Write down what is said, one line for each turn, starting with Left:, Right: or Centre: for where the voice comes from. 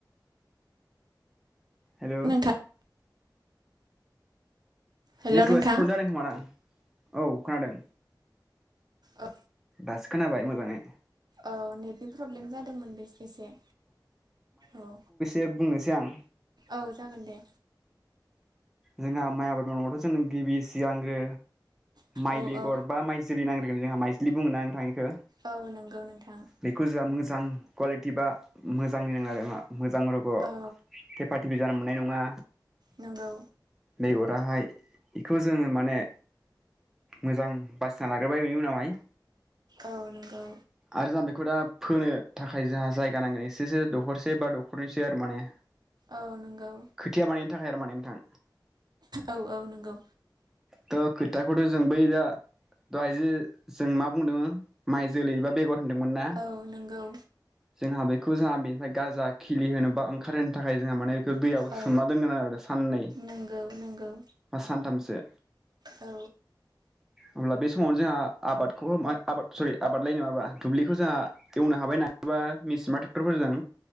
Centre: हेल'
Right: नोंथां हेलौ
Centre: नेटवार्स
Right: नोंथां
Centre: प्रबेम जादों खोमा आं औ खोनादों
Right: अ
Centre: दासो खोनाबाय मोजांयै
Right: औ नेटनि प्रब्लेम जादोंमोन बेसे बेसे औ
Centre: ए बुंनोसै आं
Right: औ जागोन दे
Centre: जोंहा माइ आबाद मावनांगाथ' जोंनो गिबि सिगांग्रो माइ
Right: औ
Centre: बेगर
Right: औ
Centre: बा माइ जोलै नांग्रोगोन जोंहा माइज्लि बुंङो ना इखो
Right: औ नंगौ नोंथां
Centre: बेखौ जोंहा मोजां कुवालिटि बा मोजां नायनांगोन आरो मा मोजां र
Right: औ
Centre: थेफा टिफि जानो मोननाय नङा
Right: नोंगौ
Centre: बेगराहाय बेखौ जोङो माने मोजां बासिना लाग्रोबाय बिनि उनावहाय
Right: औ नोंगौ
Centre: आरो जोंहा बेखौ दा फोनो थाखाय जोंहा जायगा नांगोन एसेसो दखरसे बा दखरनैसो आरो माने
Right: औ नंगौ
Centre: खोथिया बानायनायनि थाखाय आरो माने नोंथां
Right: औ औ नंगौ
Centre: त खोथाखौथ' जों बै दा दहाय जे जों मा बुंदों माइ जोलैबा बेगर होनदोंमोन ना
Right: औ नंगौ
Centre: जोंहा बेखौ जोंहा बेनिफ्राय गाजा खिलि होनो बा ओंखारहोनो थाखाय जोंहा माने बे दैयबो
Right: औ
Centre: सोमना दोनगोन आरो दा साननै
Right: नंगौ नंगौ
Centre: बा सानथामसो
Right: औ
Centre: अब्ला बे समावनो जोंहा आबादखौ आबाद सरि आबाद लायनो माबा दुब्लिखौ जोंहा एवनो हाबाय नङा होमबा मिसिन ट्रेक्टरफोरजों